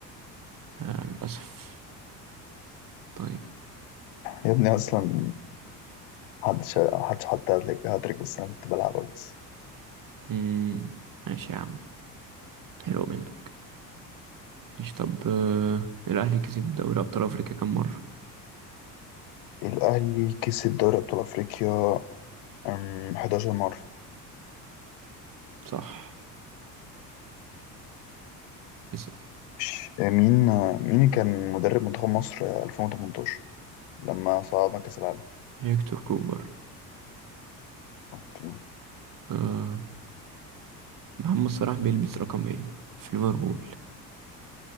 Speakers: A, on the right; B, on the left.
A: آه، للأسف طيب
B: يا ابني أصلا محدش محدش حط هاتريك هاتريك بس أنا كنت بلعب بس
A: مم. ماشي يا عم حلو منك ماشي طب أه الأهلي كسب دوري أبطال أفريقيا كام مرة
B: الأهلي كسب دوري أبطال أفريقيا أم، 11 مرة
A: صح اسأل
B: ش- مين آه، مين كان مدرب منتخب مصر آه، 2018 لما صعدنا كأس العالم
A: هيكتور كوبر
B: أوكي
A: أه محمد صلاح بيلبس رقم ايه في ليفربول